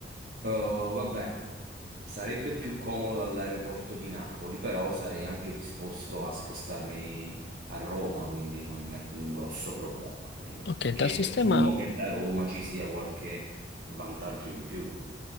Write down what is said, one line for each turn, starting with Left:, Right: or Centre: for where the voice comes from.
Right: Uh, vabbè, sarebbe più comodo dall'aeroporto di Napoli, però sarei anche disposto a spostarmi a Roma, quindi non è un grosso problema quello.
Left: Ok,
Right: Perché
Left: dal sistema
Right: presumo che da Roma ci sia qualche vantaggio in più.